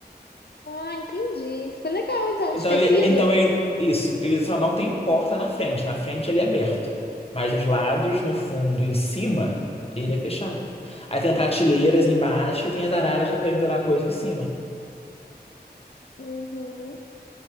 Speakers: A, on the left; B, on the left.
A: Ah, entendi. Ficou legal, então,
B: Então
A: de tecido?
B: ele, então ele, isso, ele só não tem porta na frente. Na frente ele é aberto, mas os lados, no fundo, e em cima, ele é fechado. Aí tem prateleiras embaixo e tem as araras para pendurar coisa em cima.
A: Uhum.